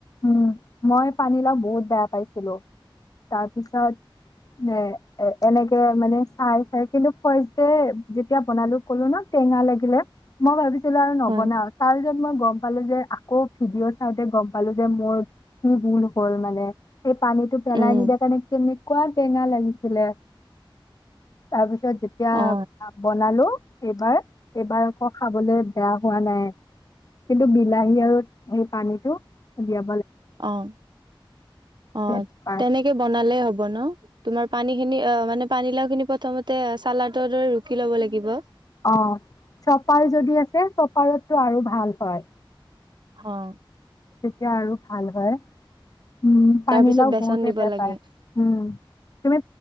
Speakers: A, on the left; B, on the right.
A: উম, মই পানী লাও বহুত বেয়া পাইছ তাৰপিছত, এ- এনেকে মানে চাই - চাই কেনে ফাষ্ট ডে যেতিয়া বনালোঁ কলো ন', টেঙা লাগিলে। মই ভাবিছিলোঁ আৰু নবনাওঁ
B: হয়
A: । তাৰ পিছত মই গম পালোঁ যে, আকৌ ভিডিঅ' চাওঁতে গম পালোঁ যে মোৰ কি ভুল হ'ল মানে। সেই পানীটো পেলাই
B: উম
A: নিদিয়াৰ কাৰণে কেনে কুৱা টেঙা লাগিছিলে। তাৰপিছত পিছত যেতিয়া
B: অ
A: বনালোঁ এইবাৰ - এইবাৰ আকৌ খাবলৈ বেয়া হোৱা নাই। কিন্তু বিলাহী আৰু সেই পানীটো দিয়া
B: অ', অ'।
A: তেনেকুৱা
B: তেনেকে বনালেই হ'ব ন'? তোমাৰ পানীখিনি, অ' মানে পানীলাওখিনি প্ৰথমতে চালাদৰ দৰে ৰুকি ল'ব লাগিব।
A: অ', চপাৰ যদি আছে, চপাৰতটো আৰু ভাল হয়।
B: অ'।
A: তেতিয়া আৰু ভাল হয়। উম পানীলাও
B: তাৰপিছত বেচন
A: বহুতে
B: দিব
A: বেয়া
B: লাগে
A: পায়
B: ।
A: উম তুমি